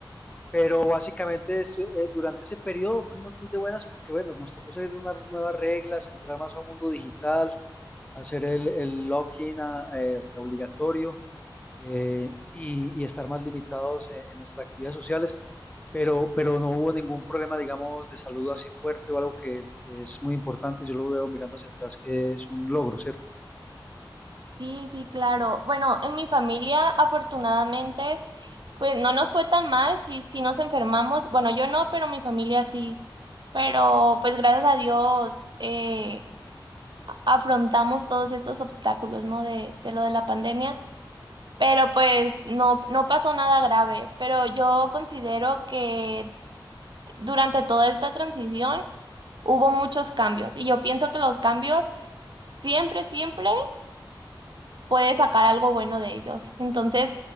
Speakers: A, on the left (about 15°); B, on the right (about 65°).
A: Pero básicamente estu- eh, durante ese periodo fuimos muy de buenas porque, bueno, nos tocó seguir unas nuevas reglas, entrar más a un mundo digital, hacer el, el login ah, eh, obligatorio eh, y, y estar más limitados en, en nuestras actividades sociales, pero, pero no hubo ningún problema, digamos, de salud así fuerte o algo que, que es muy importante. Yo lo veo mirando hacia atrás, que es un logro, ¿cierto?
B: Sí, sí, claro. Bueno, en mi familia, afortunadamente, pues no nos fue tan mal, sí, sí nos enfermamos. Bueno, yo no, pero mi familia sí. Pero pues gracias a Dios eh, a- afrontamos todos estos obstáculos, ¿no? De, de lo de la pandemia. pero pues no, no pasó nada grave, pero yo considero que durante toda esta transición hubo muchos cambios y yo pienso que los cambios siempre, siempre puedes sacar algo bueno de ellos. Entonces,